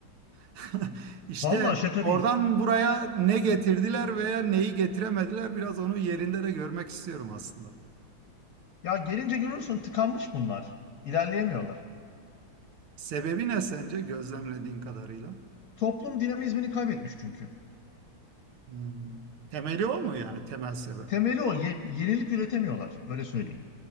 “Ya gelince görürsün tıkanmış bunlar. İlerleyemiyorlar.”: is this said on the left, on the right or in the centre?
Left